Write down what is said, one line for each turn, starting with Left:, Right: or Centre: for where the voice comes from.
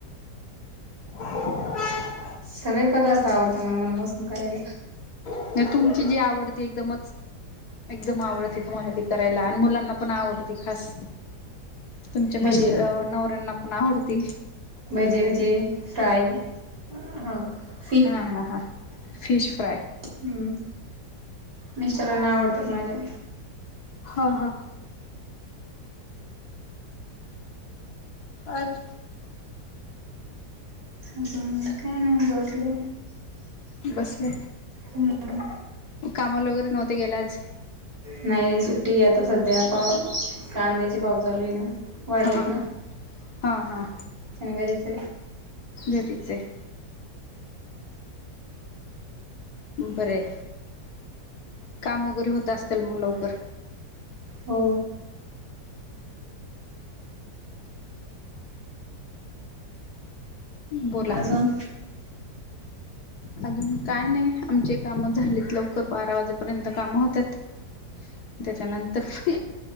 Left: <unintelligible>
Right: सगळे पदार्थ आवडतात मला मनापासून करायला
Left: नाही तुमची जी आवड ती एकदमच एकदम आवडती तुम्हाला ती करायला आणि मुलांना पण आवडती खास तुमच्या मिस्टर
Right: भजे
Left: नवरऱ्यांना पण आवडती.
Right: भजे रजे <unintelligible>
Left: हां हां हां फिश फ्राय.
Right: हम्म मिस्टरांना आवडतात माझ्या.
Left: हां हां. आज
Right: अजून काय नाय <unintelligible> बसले
Left: बसले.
Right: हम्म
Left: अह कामा ला वगैरे नव्हते गेला आज.
Right: नाही सुट्टी आहे, आता सध्या प कांद्याची भाव चालूय ना. वाढलेत
Left: हा हा, हा हा.
Right: त्यान गरीच
Left: घरीचे आहे. बरंय, काम वगैरे होत असत्याल मग लवकर?
Right: हो
Left: बोला!
Right: अजून
Left: अजून काय नाही आमचे काम झालीत लवकर बारा वाजेपर्यंत काम होतात. त्याच्यानंतर फ्री,